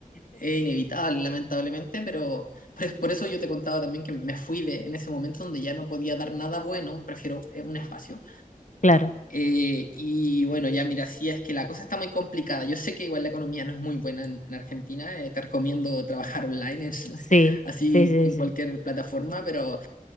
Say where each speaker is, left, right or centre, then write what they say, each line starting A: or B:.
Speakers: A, on the left; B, on the left.
A: es inevitable, lamentablemente, pero pues, por eso yo te contaba también que me fui de, en ese momento donde ya no podía dar nada bueno, prefiero eh, un espacio.
B: claro.
A: Eh, y bueno, ya mira, sí es que la cosa está muy complicada. Yo sé que igual la economía no es muy buena en, en Argentina, eh, te recomiendo trabajar online, es- <laughs>
B: Sí,
A: así
B: sí, sí,
A: en
B: sí.
A: cualquier plataforma, pero